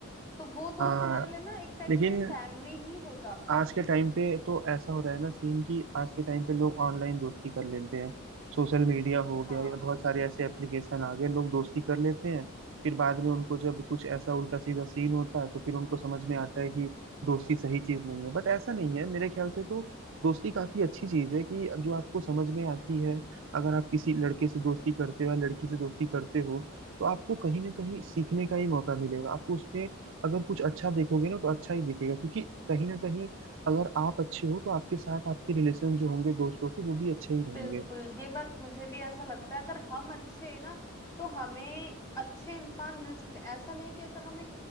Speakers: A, on the left (about 15°); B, on the right (about 60°).
A: तो वो दोस्त
B: हाँ
A: हमारे लिए ना एक टाइप
B: लेकिन
A: से फैमिली ही हो जाता
B: आज
A: है
B: के टाइम पे तो ऐसा हो रहा है ना सीन कि आज के टाइम पे लोग ऑनलाइन दोस्ती कर लेते हैं सोशल मीडिया हो गया
A: हाँ
B: या बहुत सारे ऐसे एप्लीकेशन आ गए लोग दोस्ती कर लेते हैं फिर बाद में उनको जब कुछ ऐसा उल्टा सीधा सीन होता है तो फिर उनको समझ में आता है कि दोस्ती सही चीज नहीं है बट ऐसा नहीं है मेरे ख्याल से तो दोस्ती काफी अच्छी चीज है कि जो आपको समझ में आती है अगर आप किसी लड़के से दोस्ती करते हो या लड़की से दोस्ती करते हो तो आपको कहीं ना कहीं सीखने का ही मौका मिलेगा आपको उसमें अगर कुछ अच्छा देखोगे ना तो अच्छा ही दिखेगा क्योंकि कहीं ना कहीं अगर आप अच्छे हो तो आपके साथ आपके रिलेशन जो होंगे दोस्तों के वो भी अच्छे ही रहेंगे
A: बिल्कुल ये बात मुझे भी ऐसा लगता है अगर हम अच्छे हैं ना तो हमें अच्छे इंसान मिल सकते हैं ऐसा नहीं कि अगर हमें